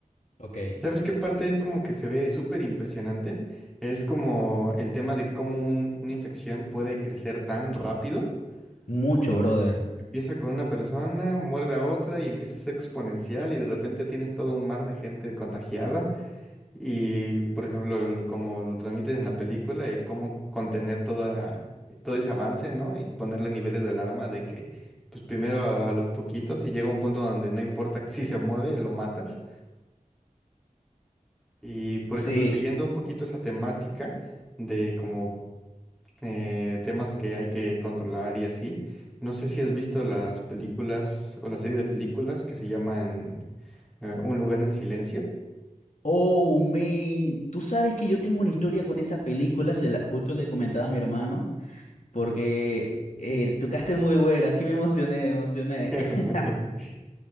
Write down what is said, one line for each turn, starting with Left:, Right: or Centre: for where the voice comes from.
Left: ok.
Centre: ¿Sabes qué parte es como que se ve súper impresionante? Es como el tema de cómo un- una infección puede crecer tan rápido,
Left: Mucho,
Centre: ¿sabes?
Left: brother.
Centre: Empieza con una persona, muerde a otra y empieza a ser exponencial y de repente tienes todo un mar de gente contagiada. Y, por ejemplo, el- como lo transmiten en la película, el cómo contener toda, todo ese avance, ¿no? Y ponerle niveles de alarma de que, pues primero a, a los poquitos y llega un punto donde no importa <laughs> si se mueve, lo matas. Y, por
Left: Sí.
Centre: ejemplo, siguiendo un poquito esa temática de como eh, temas que hay que controlar y así, no sé si has visto las películas o la serie de películas que se llaman eh, Un lugar en silencio.
Left: Oh, man. Tú sabes que yo tengo una historia con esa película, se la, justo le comentaba a mi hermano, porque eh, tocaste muy buena. Aquí me emocioné, me emocioné.
Centre: <laughs>
Left: <laughs>